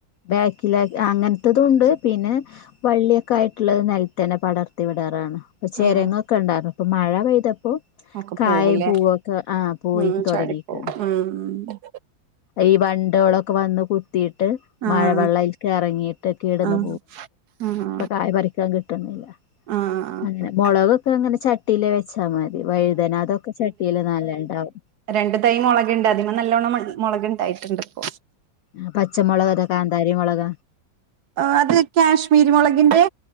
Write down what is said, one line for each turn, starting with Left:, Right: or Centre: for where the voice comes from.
Left: ബാക്കില അങ്ങൻത്തതു ണ്ട് പിന്നെ വള്ളിയൊക്കെ ആയിട്ട്ള്ളത് നെൽതന്നെ പടർത്തി വിടാറാണ് പ്പ ചെരങ്ങൊക്കെ
Right: ആഹ്
Left: ണ്ടാകും ഇപ്പൊ മഴ പെയ്തപ്പോ
Right: ഒക്കെ
Left: കായും
Right: പോവുല്ലേ
Left: പൂവൊക്കെ ആഹ് പോയി
Right: ഉം
Left: തൊടങ്ങിക്ണ്
Right: ചാടിപ്പോവും ഉം ഉം
Left: ഈ വണ്ടോളൊക്കെ വന്ന് കുത്തിട്ട്
Right: ആഹ്
Left: മഴവെള്ളഐൽക്ക് എറങ്ങിട്ട് കേട്ന്നു
Right: ആഹ് ആഹ്
Left: ഇപ്പൊ കായി പറിക്കാൻ കിട്ടുന്നില്ല
Right: ആഹ്
Left: അങ്ങനെ മോളകോക്കെ അങ്ങനെ ചട്ടീല് വെച്ചാ മതി വഴുതന അതൊക്കെ ചട്ടീല് നല്ല ണ്ടാവു
Right: രണ്ടു തൈ മോളക്ണ്ട് അതിമ നല്ലോണ്ണം മൊളക് ണ്ടായിട്ട്ണ്ട് ഇപ്പോ
Left: ആ പച്ചമൊളക അതാ കാന്താരി മൊളക
Right: ആഹ് അത് കേശ്മീരി മൊളകിന്റെ